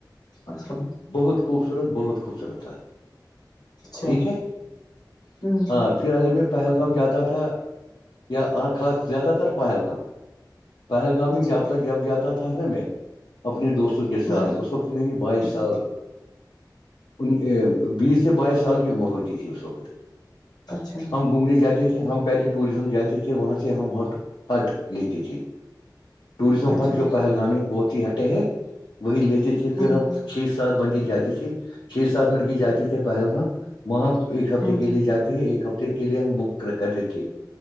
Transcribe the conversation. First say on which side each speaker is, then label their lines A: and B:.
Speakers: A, on the left (about 60°); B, on the left (about 80°).
A: اچھا
B: بہت خوبصورت بہت خوبصورت تھا
A: اچھا
B: ٹھیک ہے
A: ہوں
B: ہاں پھر پھر اگر میں پہلگام جاتا تھا یا خاص زیادہ تر پہلگام پہلگام میں
A: اچھا
B: جب تک جب جاتا تھا نا میں اپنے دوستوں کے
A: ہاں
B: ساتھ اس وقت میری بائیس سال
A: جی
B: ان بیس سے بائیس سال کی عمر ہوتی تھی اس وقت
A: اچھا
B: ہم گھومنے جاتے تھے ہم پہلے ٹوریزم جاتے تھے وہاں سے ہم ہٹ ہٹ لیتے تھھی ٹوریزم
A: اچھا
B: ہٹ جو گام بہت ہی ہٹے ہیں وہی لیتے تھے پھر
A: ہوں
B: ہم چھ سات بندے جاتے تھے چھ سات لڑکے جاتے تھے پہلگام وہاں ایک ہفتے
A: ہوں
B: کے لیے جاتے تھ ایک ہفتے کے لیے ہم بک کر دیتے